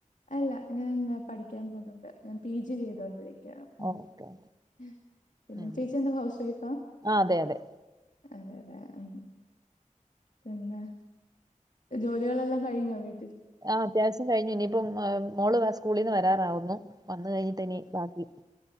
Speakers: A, on the left (about 70°); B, on the right (about 30°).
A: അല്ല ഞാൻ പഠിക്കാൻ പോന്നുണ്ട് ഞാൻ പി ജി ചെയ്തോണ്ടിരിക്യാ മ്മ്
B: ഓക്കെ
A: ഹ്വേ പിന്നെ
B: ഉം
A: ചേച്ചി എന്താ ഹൌസ്‌വൈഫാ
B: ആ അതെ അതെ
A: അതേ അതേ അം പിന്നെ ജോലികളെല്ലാം കയ്ഞ്ഞോ വീ
B: ആ അത്യാവശ്യം കയ്ഞ്ഞു ഇനീപ്പം ആമ് മോള് വേം സ്കൂളിൽ നിന്ന് വരാറാവുന്നു വന്ന് കഴ്ഞ്ഞിട്ടിനി ബാക്കി